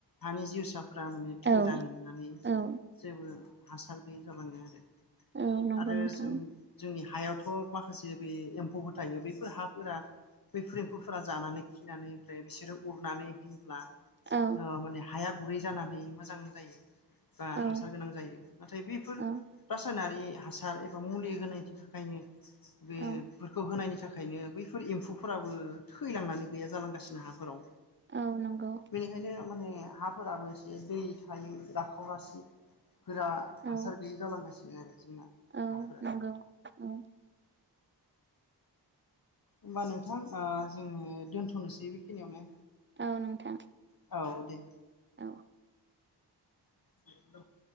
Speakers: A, on the left (about 55°); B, on the right (about 25°).
A: हानि जिउसाफोरा माने
B: औ
A: थैलांनानै
B: औ
A: जेबो हासार गैयै जालाङो आरो
B: औ नंगौ
A: आरो
B: नोंथां
A: जों जोंनि हायावथ माखासे बे एम्फौफोर थायो बैफोर हाफोरा बैफुर एम्फौफोरा जानानै खिनानै ओमफ्राय बिसोरो उरनानै होयोब्ला ओ
B: औ
A: माने हाया गुरै जानानै मोजां जायो बा
B: औ
A: हासार गोनां जायो नाथाय बेफोर
B: औ
A: रासायनारि हासार एबा मुलि होनायनि थाखायनो बेफोरखौ
B: औ
A: होनायनि थाख ओंखायनो बैफोर एम्फौफोराबो थैलांनानै गैया जालांगासिनो हाफोराव
B: औ नंगौ
A: बेनिखायनो माने हाफोराबो एसे दै थायो राखावरासि गोरा
B: औ
A: हासार गैयि जालांगासिनो आरो जोंना
B: औ
A: हाफोरा
B: नंगौ औ
A: होमबा नोंथां ओ जोङो दोनथनोसै बेखिनियावनो
B: औ नोंथां
A: औ दे
B: औ
A: <inaudible>